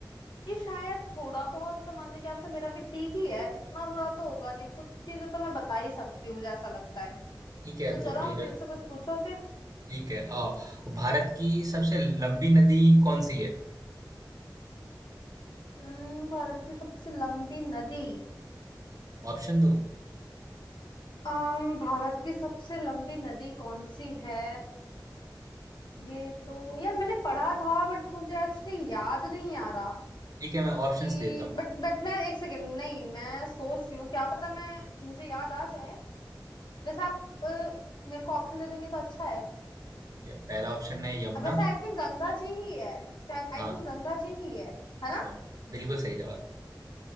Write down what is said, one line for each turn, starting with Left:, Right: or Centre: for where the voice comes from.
Left: कि शायद थोड़ा बहुत सामान्य ज्ञान तो मेरा भी ठीक ही है इतना बुरा तो होगा नहीं कुछ चीजें तो मैं बता ही सकती हूँ मुझे ऐसा लगता है
Right: ठीक है
Left: तो चलो
Right: तो
Left: आप
Right: फिर
Left: मेरे से कुछ पूछो
Right: ठीक है आ, भारत की सबसे लंबी नदी कौन सी है
Left: हम्म, भारत की सबसे लंबी नदी
Right: ऑप्शन दूं
Left: अम भारत की सबसे लंबी नदी कौन सी है ये तो यार मैंने पढ़ा था बट मुझे एक्चुअली याद नहीं आ रहा
Right: ठीक है मैं ऑप्शंस
Left: कि
Right: देता हूँ
Left: बट बट मैं एक सेकेंड नहीं मैं सोच रही हूँ क्या पता मैं मुझे याद आ जाए वैसे आप अ, मेरे को ऑप्शन दे देंगे तो अच्छा है
Right: ठीक है पहला ऑप्शन है यमुना
Left: अब वैसे आई थिंक गंगा जी ही है शायद
Right: हाँ
Left: आई थिंक गंगा जी ही है है ना
Right: हाँ बिल्कुल सही जवाब